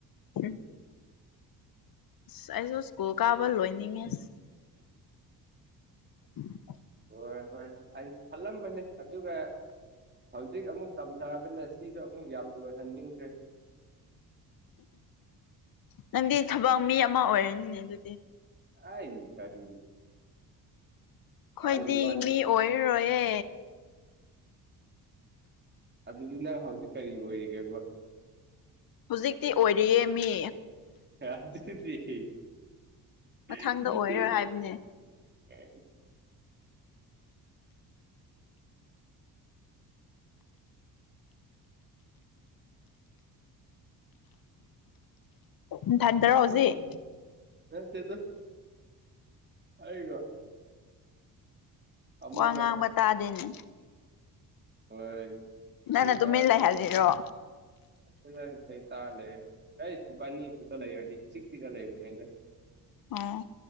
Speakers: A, on the left (about 60°); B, on the right (about 25°).
A: ꯎ ꯑꯁ ꯑꯩꯁꯨ ꯁ꯭ꯀꯨꯜ ꯀꯥꯕ ꯂꯣꯏꯅꯤꯡꯉꯦꯁ ꯎꯝ
B: ꯍꯣꯏ ꯍꯣꯏ ꯑꯩ ꯈꯜꯂꯝꯕꯅꯦ ꯑꯗꯨꯒ ꯍꯧꯖꯤꯛ ꯑꯃꯨꯛ ꯇꯝꯊꯔꯕꯅꯤꯅ ꯁꯤꯁꯨ ꯑꯃꯨꯛ ꯌꯥꯝ ꯂꯣꯏꯍꯟꯅꯤꯡꯈ꯭ꯔꯦ
A: ꯅꯪꯗꯤ ꯊꯕꯛ ꯃꯤ ꯑꯃ ꯑꯣꯏꯔꯅꯤꯅꯦ ꯑꯗꯨꯗꯤ
B: ꯑꯥꯏ ꯀꯔꯤ
A: ꯑꯩꯈꯣꯏꯗꯤ
B: ꯋꯥꯠꯂꯤ ꯋꯥꯠꯂꯤ
A: ꯃꯤ ꯑꯣꯏꯔꯔꯣꯏꯌꯦ
B: ꯑꯗꯨꯗꯨꯅ ꯍꯧꯖꯤꯛ ꯀꯔꯤ ꯑꯣꯏꯔꯤꯒꯦꯕ
A: ꯍꯧꯖꯤꯛꯇꯤ ꯑꯣꯏꯔꯤꯌꯦ ꯃꯤ
B: <unintelligible>
A: ꯃꯊꯪꯗ ꯑꯣꯏꯔꯣꯏ ꯍꯥꯏꯕꯅꯦ ꯅꯊꯟꯗꯔꯣ
B: <unintelligible>
A: ꯍꯧꯖꯤꯛ
B: ꯅꯥꯠꯇꯦꯗꯥ ꯑꯩꯒ ꯑꯃꯒ
A: ꯋꯥ ꯉꯥꯡꯕ ꯇꯥꯗꯦꯅꯦ
B: ꯍꯣꯏ ꯁꯩ
A: ꯅꯪꯅ
B: ꯇꯥꯔꯂꯦ
A: ꯇꯨꯃꯤꯟ ꯂꯩꯍꯜꯂꯤꯔꯣ
B: <unintelligible> ꯂꯩꯔꯗꯤ ꯏꯆꯤꯛ ꯆꯤꯛꯑ ꯂꯩꯕꯅꯦꯗꯥ
A: ꯑꯣ